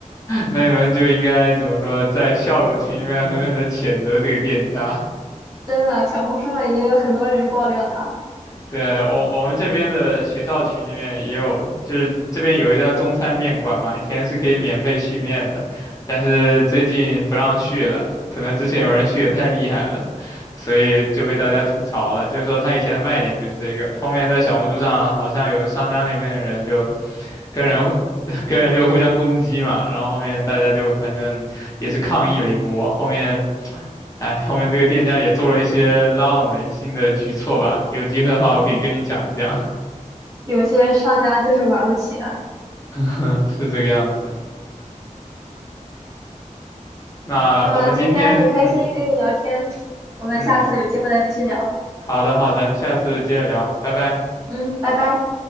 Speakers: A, on the left; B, on the right.
A: 那你们就应该怎么说，在校友群里面狠狠的谴责这个店家。
B: 真的，小红书上已经有很多人爆料他了，
A: 对，我我们这边的学校群里面也有，就是这边有一家中餐面馆嘛，以前是可以免费续面的，但是最近不让续了，可能之前有人续的太厉害了，所以就被大家吐槽了，就是说他以前的卖点就是这个，后面在小红书上好像有商家那边的人就跟人 <laughs> 跟人就互相攻击嘛，然后后面大家就反正也是抗议了一波，后面。哎，后面这个店家也做了一些拉拢人心的举措吧，有机会的话我可以跟你讲一讲，
B: 嗯，有些商家就是玩不起啊。
A: <laughs> 是这个样子。那我们今天，
B: 嗯，今天很开心跟你聊天，
A: 嗯
B: 我们下次有机会再继续聊。
A: 嗯，好的好的，下次接着聊，拜拜。
B: 嗯，拜拜。